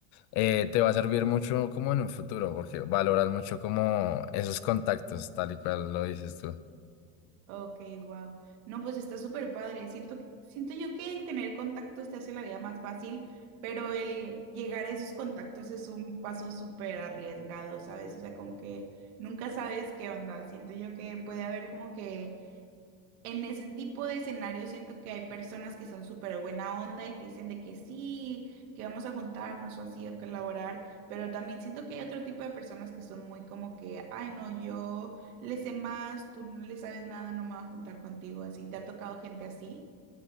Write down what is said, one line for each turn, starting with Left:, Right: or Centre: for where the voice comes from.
Left: eh, te va a servir mucho como en un futuro, porque valoras mucho como esos contactos, tal y cual lo dices tú.
Right: Ok, wow. No, pues está súper padre. Siento, siento yo que el tener contactos te hace la vida más fácil, pero el llegar a esos contactos es un paso súper arriesgado, ¿sabes? O sea, como que nunca sabes qué onda. Siento yo que puede haber como que En ese tipo de escenario siento que hay personas que son súper buena onda y te dicen de que sí, que vamos a juntarnos o así, a colaborar, pero también siento que hay otro tipo de personas que son muy como que, ay no, yo le sé más, tú no le sabes nada, no me voy a juntar contigo, así. ¿Te ha tocado gente así?